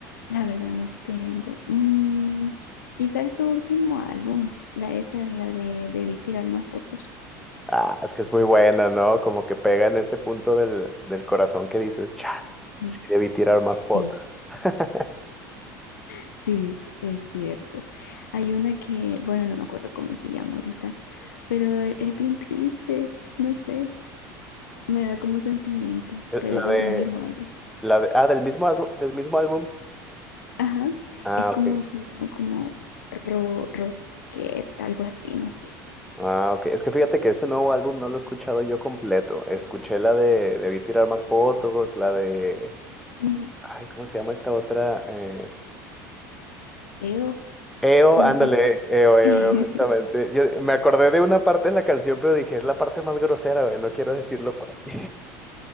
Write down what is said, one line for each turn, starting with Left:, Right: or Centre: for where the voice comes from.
Left: La verdad no tengo. Mm, quizás su último álbum, la esa, la de Debí tirar más fotos.
Centre: Ah, es que es muy buena, ¿no? Como que pega en ese punto del, del corazón que dices, chale,
Left: Mm,
Centre: sí debí tirar más
Left: Sí,
Centre: fotos. <laughs>
Left: sí, es cierto. Hay una que, bueno, no me acuerdo cómo se llama ahorita, pero eh, es bien triste, no sé. me da como sentimiento,
Centre: Es
Left: pero
Centre: La
Left: es de
Centre: de,
Left: ese mismo álbum.
Centre: la de, ah, del mismo, álbu- del mismo álbum.
Left: Ajá,
Centre: Ah,
Left: es como
Centre: ok.
Left: se llama como ro, roquette, algo así, no sé.
Centre: Ah, ok. Es que fíjate que ese nuevo álbum no lo he escuchado yo completo. Escuché la de, debí tirar más fotos, la de,
Left: Ujú.
Centre: ay, ¿cómo se llama esta otra? Eh,
Left: Eo,
Centre: EO,
Left: no
Centre: ándale,
Left: es.
Centre: EO, EO,
Left: <laughs>
Centre: EO, justamente. Yo me acordé de una parte de la canción, pero dije, es la parte más grosera, güey, no quiero decirlo por aquí.